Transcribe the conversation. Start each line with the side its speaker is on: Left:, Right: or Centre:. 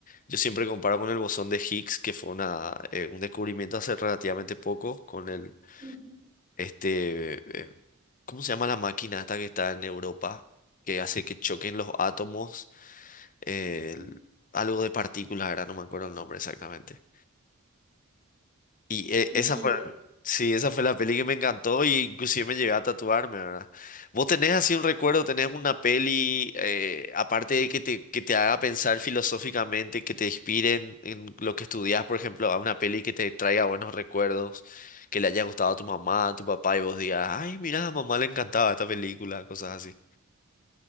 Left: yo siempre comparo con el bosón de Higgs, que fue una, eh, un descubrimiento hace relativamente poco con el,
Right: ujú.
Left: este, eh, ¿cómo se llama la máquina esta que está en Europa? que hace que choquen los átomos, eh,
Right: ujú.
Left: el- algo de partículas, ahora no me acuerdo el nombre exactamente. Y eh, esa
Right: Ni
Left: fue,
Right: idea.
Left: sí, esa fue la peli que me encantó y inclusive me llegué a tatuarme, ¿verdad? ¿Vos tenés así un recuerdo, tenés una peli, eh, aparte de que te, que te haga pensar filosóficamente, que te inspire en, en lo que estudias, por ejemplo, a una peli que te traiga buenos recuerdos, que le haya gustado a tu mamá, a tu papá y vos digas, ay, mira, a mamá le encantaba esta película, cosas así.